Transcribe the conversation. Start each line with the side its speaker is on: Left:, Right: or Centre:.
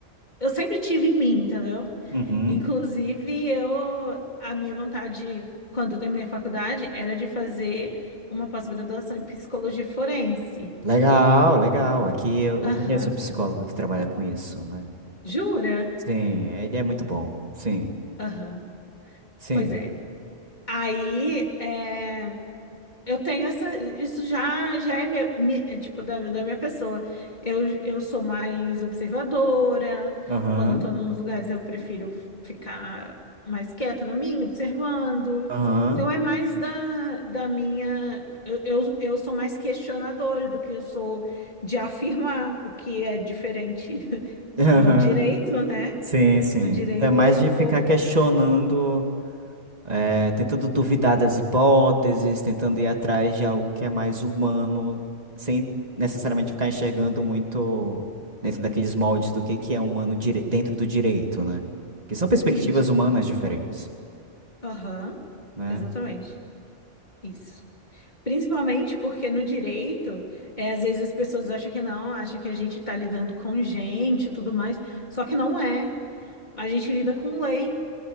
Left: eu sempre tive em mim, entendeu?
Right: Uhum.
Left: Inclusive, eu, a minha vontade, quando eu terminei a faculdade, era de fazer uma pós-graduação em psicologia forense.
Right: Legal, legal. Aqui eu eu
Left: Aham.
Right: conheço um psicólogo que trabalha com isso, né?
Left: Jura?
Right: Sim, ele é muito bom. Sim,
Left: Aham.
Right: sim.
Left: Pois é. Aí, é. Eu tenho essa, isso já já é meu, mi- é, tipo da, da minha pessoa. Eu, eu sou mais observadora.
Right: Aham,
Left: Quando eu tô nos lugares, eu prefiro ficar mais quieta na minha, observando.
Right: aham,
Left: Então é mais da, da minha. Eu, eu, eu sou mais questionadora do que eu sou de afirmar, o que é diferente <laughs>
Right: <laughs> aham.
Left: no direito, né?
Right: Sim, sim.
Left: Que no direito
Right: Então, É mais
Left: o
Right: de
Left: povo.
Right: ficar questionando, eh, tentando duvidar das hipóteses, tentando ir atrás de algo que é mais humano, sem necessariamente ficar enxergando muito dentro daqueles moldes do que que é humano dire- dentro do direito, né? Que são perspectivas
Left: Isso.
Right: humanas diferentes,
Left: Aham.
Right: né?
Left: Exatamente. Isso. Principalmente porque no direito, é, às vezes as pessoas acham que não, acham que a gente está lidando com gente e tudo mais, só que não é. A gente lida com lei.